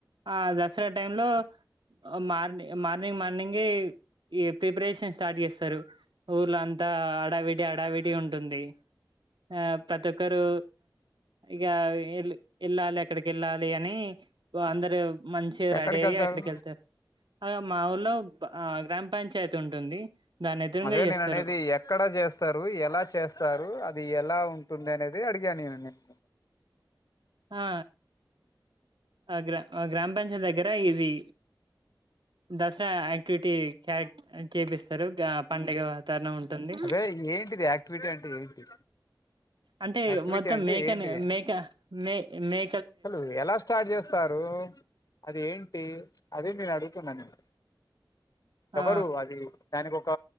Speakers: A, on the right; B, on the left.
A: ఆ దసరా టైంలో మార్ని మార్నింగ్ మార్నింగే ఈ ప్రిపరేషన్ స్టార్ట్ చేస్తారు ఊర్లో అంతా అడావిడీ అడావిడి ఉంటుంది ఆ పతొక్కరు ఇక వి యెళ్ళాలి అక్కడికి యెళ్ళాలి అని ఓ అందరు మంచిగ
B: ఎక్కడికి
A: రెడీ
B: వెళ్తారు
A: అయ్యి అక్కడికి యెళ్తరు అ మా ఊర్లో ఆ గ్రామ పంచాయతీ ఉంటుంది దాన్ని ఎదురుంగా
B: అదే
A: జేస్తారు
B: నేను అనేది ఎక్కడ జేస్తారు ఎలా చేస్తారు అది ఎలా ఉంటుంది అనేది అడిగాను నేను నిన్
A: ఆ ఆ గ్రా ఆ గ్రామ పంచాయత్ దగ్గర ఇది దసరా యాక్టివిటీ క చేపిస్తారు పండగ వాతరణం ఉంటుంది
B: అంటే ఏంటిది ఆక్టివిటీ ఆక్టివిటీ అంటే ఏంటి
A: అంటే
B: అక్టివిటీ
A: మొత్తం
B: అంటే
A: మేకని
B: ఏంటిది
A: మేక మే మే
B: అసలు ఎలా స్టార్ట్ చేస్తారు అది ఏంటి అది నేను అడుగుతున్నా నేను ఎవరు
A: ఆ
B: అది దానికి ఒక